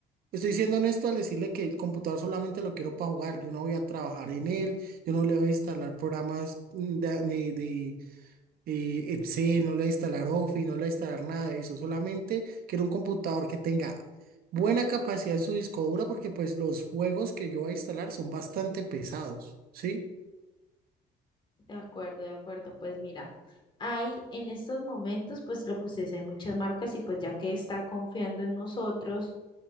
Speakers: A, on the right (about 60°); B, on the left (about 30°).
A: Estoy siendo honesto al decirle que el computador solamente lo quiero para jugar. Yo no voy a trabajar en él, yo no le voy a instalar programas mm, de, de, eh, Excel, no le va a instalar Office, no le va a instalar nada de eso, solamente quiero un computador que tenga buena capacidad en su disco duro porque pues los juegos que yo voy a instalar son bastante pesados, ¿sí?
B: De acuerdo, de acuerdo. Pues mira, hay en estos momentos, pues lo que usted dice, hay muchas marcas y pues ya que está confiando en nosotros.